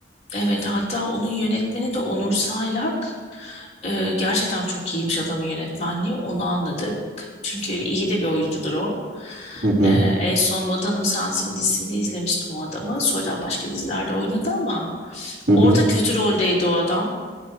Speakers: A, on the left; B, on the right.
A: evet hatta onun yönetmeni de Onur Saylak. Ee, gerçekten çok iyiymiş adamın yönetmenliği onu anladık. Çünkü iyi de bir oyuncudur o.
B: Hı hı.
A: Ee, en son Vatanım Sensin dizisinde izlemiştim o adamı. Sonradan başka dizilerde oynadı ama
B: Hı hı.
A: orada kötü roldeydi o adam.